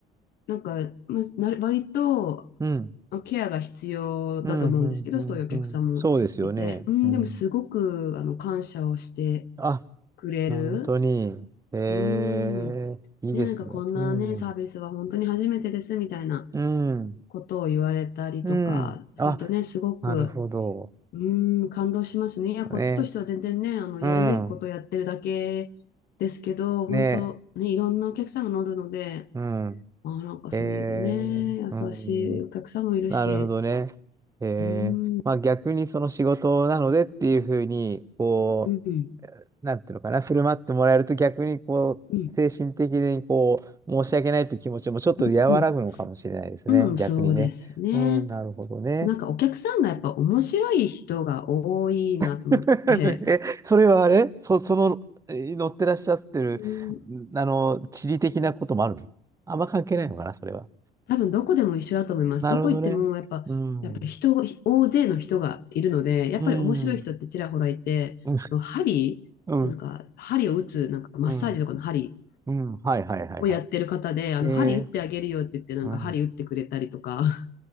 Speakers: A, on the left; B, on the right.
A: なんか、まあ、な割と
B: うん、うん、
A: ケアが必要だと思うんですけど、
B: うん、うん、
A: そういうお客さんもいて、
B: うんそうですよね。
A: うん、
B: うん。
A: でもすごくあの感謝をして
B: あ、
A: くれる。
B: 本当に。ええ、
A: うん。
B: いいですね。
A: ね、なんかこんなね、
B: うん、
A: サービスは本当に初めてですみたいな
B: うん、
A: ことを言われたりとかするとね、
B: うん。あ、
A: すごく、
B: なるほど。
A: うん、感動しますね。いや、こっちとしては全然ね、
B: ね。
A: あの、
B: うん、
A: やるべきことをやってるだけですけど、本当ね、
B: ね。
A: いろんなお客さんが乗るので、
B: うん。
A: まあ、なんかそういうね、
B: ええ、
A: 優しいお客さんもいるし、
B: うん。なるほどね。へえ。
A: うーん、うん、
B: まあ逆にその仕事なのでっていうふうに、こう、
A: うん、
B: なんていうのかな、振る舞ってもらえると逆にこう、
A: うん、
B: 精神的にこう、申し訳ないっていう気持ちもちょっと和らぐのかもしれないですね。
A: うん、うんそうですね。
B: 逆にね。うん、なるほどね。
A: あとなんかお客さんがやっぱ面白い人が多いなと思って、
B: <laughs> え、それはあれそ、その、え乗ってらっしゃってる、
A: うん、
B: んあの、地理的なこともあるのあんま関係ないのかな、それは。
A: 多分どこでも一緒だと思います。
B: なるほどね。
A: どこ行ってもやっぱ、
B: うん。
A: やっぱ人が、大勢の人がいるので、やっぱり面白い人ってちらほらいて、
B: うん。うん。
A: あの針、
B: うん。
A: なんか針を打つ、なんかマッサージとかの針
B: うんうん、はいはいはいはい。
A: をやってる方で、あの針打ってあげるよって言って、
B: ええ
A: なんか針打ってくれたりとか、
B: うん。